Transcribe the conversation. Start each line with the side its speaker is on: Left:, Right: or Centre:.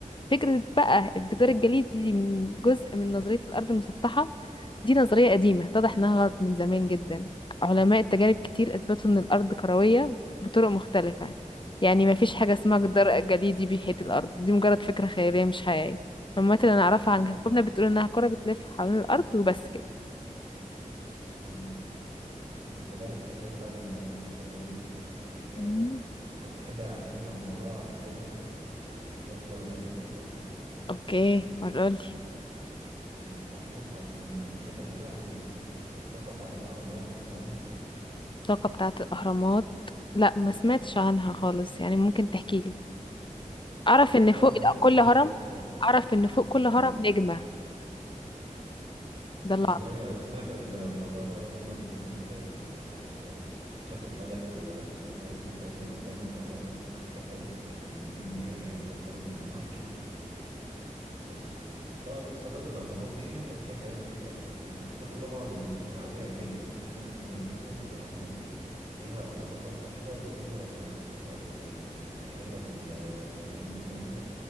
Left: فكرة بقى الجدار
Right: ايوه.
Left: الجليدي دي من جزء من نظرية الأرض المسطحة دي نظرية قديمة اتضح إنها غلط من زمان جدا علماء التجارب كتير أثبتوا إن الأرض كروية بطرق مختلفة يعني مفيش حاجة اسمها جدار
Right: ايوه
Left: جليدي بيحيط الأرض دي مجرد فكرة خيالية مش حقيقية المعلومات اللي نعرفها عن
Right: ايوه
Left: كوكبنا بتقول إنها كرة بتلف حوالين الأرض وبس كده
Right: مم. بس لا الفكرة فعلا آه، والله لذيذ يعني آه،
Left: مم.
Right: طب تحب احكي لك على موضوع تاني كده آه، كنت برضو انا بقلب لقيته
Left: أوكي قولي
Right: ماشي هحكي لك عن آه، سمعت قبل كده عن ال- الطاقة بتاعة الأهرامات والكلام ده
Left: الطاقة بتاعة الأهرامات لا ما سمعتش عنها خالص يعني ممكن تحكيلي اعرف
Right: بس
Left: ان
Right: وانا
Left: فوق
Right: بقلب
Left: كل
Right: كده
Left: هرم
Right: لقيت
Left: اعرف ان فوق كل
Right: اه
Left: هرم نجمة ده
Right: والله
Left: اللي اعرفه
Right: انا سمعت الموضوع ده اه وهم بيبنوه كده بيبقوا- آه، شافوا الفلك ودرسوه كويس والكلام ده وبنوا الأهرامات في الحتة دي عشان يكون ليها ايه متوصلة بالنجوم هحكي لك بص طاق- طاقة الأهرامات دي اتقال فيها كلام كتير قوي مش كله طبعا متفق عليه علميا في ناس مؤمنة جدا الأهرامات دي ليها طاقة خاصة كده وقوة روحانية وعلاجية يعني أغلب ال- الدجالين والكلام ده